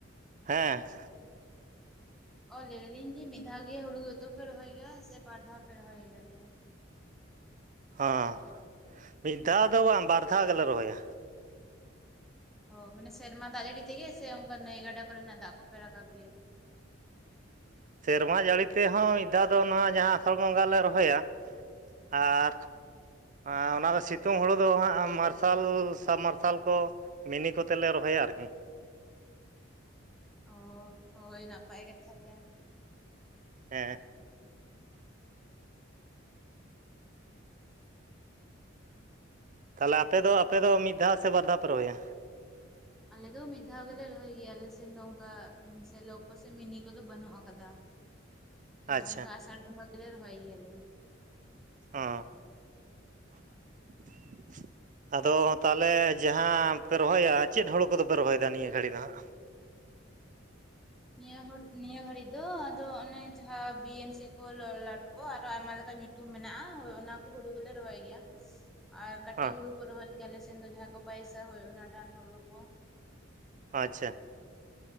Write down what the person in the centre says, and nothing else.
ᱚ ᱞᱟᱹᱭ ᱫᱟᱞᱤᱧ ᱡᱮ ᱢᱤᱫ ᱫᱷᱟᱣ ᱜᱮ ᱦᱩᱲᱩ ᱩᱛᱩ ᱯᱮ ᱨᱚᱦᱚᱭ ᱜᱮᱭᱟ ᱥᱮ ᱵᱟᱨ ᱫᱷᱟᱣ ᱯᱮ ᱨᱚᱦᱚᱭ ᱜᱮᱭᱟ ᱯᱮ?
ᱚ ᱢᱟᱱᱮ ᱥᱮᱨᱢᱟ ᱫᱟᱜ ᱡᱟᱹᱲᱤ ᱛᱮᱜᱮ ᱥᱮ ᱚᱱᱠᱟ ᱱᱟᱹᱭ ᱜᱟᱰᱟ ᱠᱚᱨᱮᱱᱟᱜ ᱫᱟᱜ ᱠᱚᱯᱮ ᱨᱟᱠᱟᱵ ᱜᱮᱭᱟ?
ᱚ, ᱦᱳᱭ ᱱᱟᱯᱟᱭ ᱠᱟᱛᱷᱟ ᱜᱮ ᱾
ᱟᱞᱮ ᱫᱚ ᱢᱤᱫ ᱫᱷᱟᱣ ᱜᱮᱞᱮ ᱨᱚᱦᱚᱭ ᱜᱮᱭᱟᱞ ᱥᱮ ᱱᱚᱝᱠᱟ ᱥᱮᱞᱚᱠ ᱠᱚᱥ ᱢᱤᱱᱤ ᱠᱚᱫᱚ ᱵᱟᱹᱱᱩᱜ ᱟᱠᱟᱫᱟ ᱾
ᱟᱫᱚ
ᱚᱱᱠᱟ ᱟᱥᱟᱲ ᱵᱚᱸᱜᱟ ᱜᱮᱞᱮ ᱨᱚᱦᱚᱭ ᱜᱮᱭᱟᱞᱮ ᱾
ᱱᱤᱭᱟᱹ ᱱᱤᱭᱟᱹ ᱜᱷᱟᱹᱲᱤᱡ ᱾ ᱫᱚ ᱟᱫᱚ ᱚᱱᱮ ᱡᱟᱦᱟᱸ ᱵᱤᱭ ᱮᱱ ᱥᱤ ᱠᱚ ᱞᱚᱞᱟᱴ ᱠᱚ ᱟᱨᱚ ᱟᱭᱢᱟ ᱞᱮᱠᱟ ᱧᱩᱛᱩᱢ ᱢᱮᱱᱟᱜᱼᱟ ᱚᱱᱟ ᱠᱚ ᱾ ᱜᱩᱰᱩᱜᱩᱞᱮ ᱨᱚᱦᱚᱭ ᱜᱮᱭᱟ ᱾ ᱟᱨ ᱠᱟᱹᱴᱤᱡ
ᱦᱩᱲᱩ ᱠᱚ ᱨᱚᱦᱚᱭ ᱜᱮ ᱟᱞᱮ ᱥᱮᱱ ᱫᱚ ᱡᱟᱦᱟᱸ ᱠᱚ ᱯᱚᱭᱥᱟ ᱦ ᱚᱱᱟ ᱨᱟᱱ ᱦᱩᱲᱩ ᱠᱚ ᱾